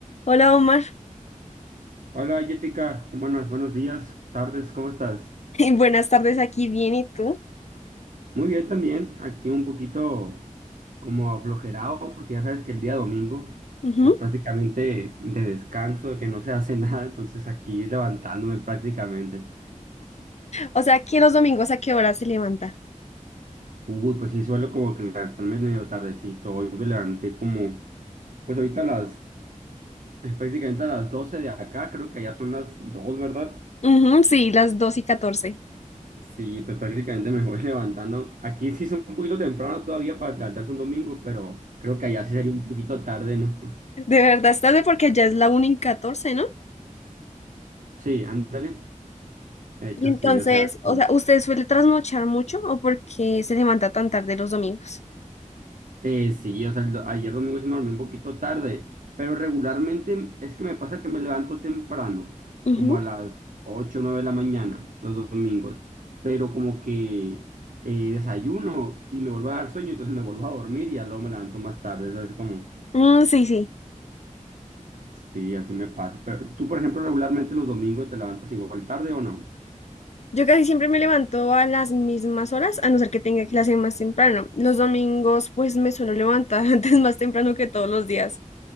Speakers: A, on the left; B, on the right.
A: Hola Omar,
B: Hola Jessica, Buenas, buenos días, tardes, ¿cómo estás?
A: <laughs> buenas tardes aquí, bien, ¿y tú?
B: Muy bien también, aquí un poquito como aflojerado, porque ya sabes que el día domingo,
A: Ujú.
B: pues prácticamente de descanso, de que no se hace <laughs> nada, entonces aquí levantándome prácticamente.
A: O sea, que los domingos a qué hora se levanta?
B: Uy, pues sí, suelo como que levantarme medio tardecito, hoy me levanté como, pues ahorita a las, prácticamente a las 12 de acá, creo que ya son las 2, ¿verdad?
A: Ujú, sí, las 2 y catorce.
B: Sí, pues prácticamente me voy <laughs> levantando. Aquí sí es un poquito temprano todavía para levantarse un domingo, pero creo que allá sí sería un poquito tarde, ¿no? <laughs>
A: De verdad, es tarde porque ya es la una y 14, ¿no?
B: Sí, ándale. De hecho,
A: Y entonces,
B: sí, o sea,
A: o
B: que-
A: sea, ¿usted suele trasnochar mucho o por qué se levanta tan tarde los domingos?
B: eh, sí, o sea, el do- ayer domingo sí me dormí un poquito tarde, pero regularmente es que me pasa que me levanto temprano,
A: Ujú.
B: como a las 8 o 9 de la mañana, los dos domingos, pero como que eh, desayuno y me vuelvo a dar sueño, entonces me vuelvo a dormir y ya luego me levanto más tarde, ¿sabes? Como...
A: Mm, sí, sí.
B: Sí, así me pasa. Pero tú, por ejemplo, regularmente los domingos te levantas igual tarde o no?
A: Yo casi siempre me levanto a las mismas horas, a no ser que tenga clase más temprano. Los domingos, pues me suelo levantar <laughs> antes más temprano que todos los días,